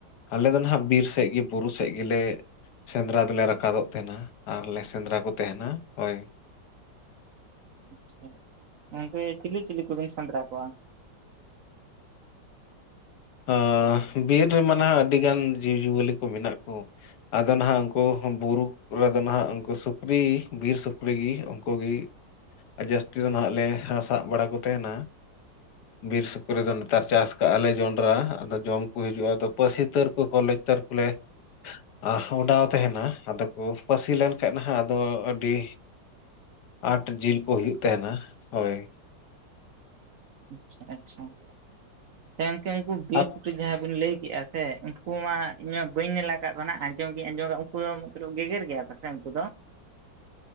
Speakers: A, on the left; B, on the right.
A: ᱟᱞᱮ ᱫᱚ ᱱᱟᱜ ᱵᱤᱨ ᱥᱮᱫ ᱜᱮ ᱵᱩᱨᱩ ᱥᱮᱫ ᱜᱮᱞᱮ ᱥᱮᱸᱫᱽᱨᱟ ᱫᱚᱞᱮ ᱨᱟᱠᱟᱵᱚᱜ ᱛᱟᱦᱮᱱᱟ, ᱟᱨ ᱞᱮ ᱥᱮᱸᱫᱽᱨᱟ ᱠᱚ ᱛᱟᱦᱮᱱᱟ ᱳᱭ ᱾
B: ᱟᱪᱪᱷᱟ ᱜᱚᱢᱠᱮ <unintelligible> ᱪᱤᱞᱤ ᱪᱤᱞᱤ ᱠᱚᱵᱤᱱ ᱥᱮᱸᱫᱽᱨᱟ ᱠᱚᱣᱟ ᱾
A: ᱟ ᱵᱤᱨ ᱨᱮᱢᱟ ᱱᱟᱦ ᱟᱹᱰᱤᱜᱟᱱ ᱡᱤᱵᱽᱼᱡᱤᱭᱟᱹᱞᱤ ᱠᱚ ᱢᱮᱱᱟᱜ ᱠᱚ, ᱟᱫᱚ ᱱᱟᱜ ᱩᱱᱠᱩ ᱵᱩᱨᱩ ᱠᱚ ᱨᱮᱫᱚ ᱱᱟᱜ ᱩᱱᱠᱩ ᱥᱩᱠᱨᱤ ᱵᱤᱨ ᱥᱩᱠᱨᱤ ᱜᱮ ᱩᱱᱠᱩ ᱜᱮ, ᱡᱟᱹᱥᱛᱤ ᱫᱚ ᱱᱟᱜ ᱞᱮ ᱥᱟᱵ ᱵᱟᱲᱟ ᱠᱚ ᱛᱟᱦᱮᱱᱟ, ᱵᱤᱨ ᱥᱩᱠᱨᱤ ᱫᱚᱼᱼ ᱪᱟᱥ ᱠᱟᱜᱼᱟ ᱞᱮ ᱡᱚᱸᱰᱨᱟ ᱟᱫᱚ ᱡᱚᱢ ᱠᱚ ᱦᱤᱡᱩᱜᱼᱟ ᱟᱫᱚ ᱯᱟᱹᱥᱤ ᱛᱟᱹᱨ ᱠᱚᱠᱚ ᱞᱟᱠᱛᱟᱨ ᱠᱚᱞᱮ <unintelligible> ᱟ ᱠᱚᱸᱰᱷᱟ ᱦᱚᱸᱛᱟᱦᱮᱱᱟ ᱟᱫᱚ ᱠᱚ ᱯᱟᱹᱥᱤ ᱞᱮᱱ ᱠᱷᱟᱱ ᱱᱟᱜ ᱟᱫᱚ ᱟᱹᱰᱤᱼᱼ ᱟᱴ ᱡᱤᱞ ᱠᱚ ᱦᱩᱭᱩᱜ ᱛᱟᱦᱮᱱᱟ ᱦᱚᱭ ᱾
B: ᱟᱪᱪᱷᱟ ᱟᱪᱪᱷᱟ ᱦ ᱩᱱᱠᱩ ᱵᱮᱥ
A: ᱟᱨ
B: <unintelligible> ᱡᱟᱦᱟᱸᱭ ᱵᱤᱱ ᱞᱟᱹᱭ ᱠᱮᱫᱼᱟ ᱥᱮ, ᱩᱱᱠᱩ ᱢᱟᱦᱟᱜ ᱤᱧ ᱢᱟ ᱵᱟᱹᱧ ᱧᱮ ᱟᱠᱟᱫ ᱠᱟᱣᱟᱜ ᱟᱸᱡᱚᱢ ᱜᱤᱧ ᱟᱸᱡᱚ <unintelligible> ᱩᱱᱠᱩ ᱫᱚ ᱢᱚᱛᱞᱚᱵ ᱜᱮᱜᱮᱨ ᱜᱮᱭᱟ ᱥᱮ ᱩᱱᱠᱩ ᱫᱚ,